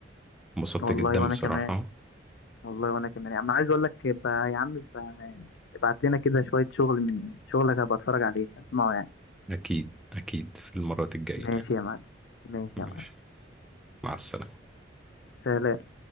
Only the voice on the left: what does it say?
والله
وانا
كمان والله وانا كمان يعني عايز اقول لك يبقى يا عم يبقى يعني ابعت لنا كده شوية شغل من شغلك هبقى اتفرج عليه اسمعه يعني
ماشي
يا معلم ماشي يا
معلم
سلام